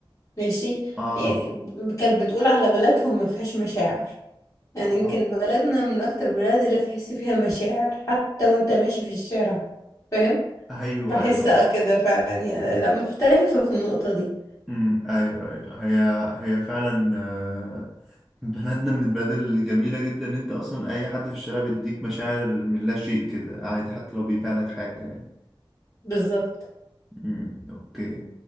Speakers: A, on the left; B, in the centre.
A: ماشي
B: آه
A: يعني كانت بتقول على بلدهم ما فيهاش مشاعر يعني
B: اه
A: يمكن بلدنا من اكتر البلاد اللي تحس فيها مشاعر حتى وانت ماشي في الشارع فاهم
B: أيوه
A: بحس
B: أيوه
A: كده فعلا يعني لا مختلفة في النقطة دي
B: امم ايوه ايوه هي هي فعلا آه، <laughs> بلدنا من البلاد الجميله جدا ان انت اصلا اي حد في الشارع بيديك مشاعر من لا شيء كده عادي حتى لو بيبيع لك حاجه يعني
A: بالظبط
B: امم اوكي